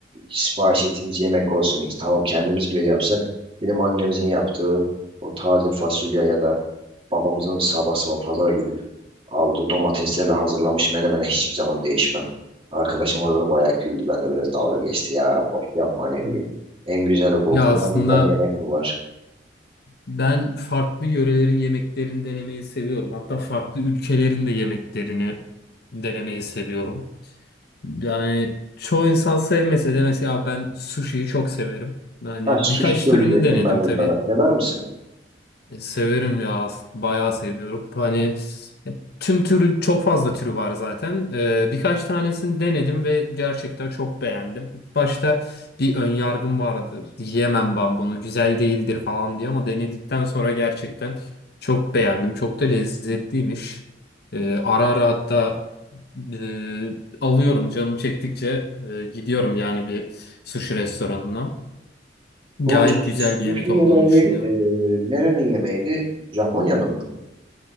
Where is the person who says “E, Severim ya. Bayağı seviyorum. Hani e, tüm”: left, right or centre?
Left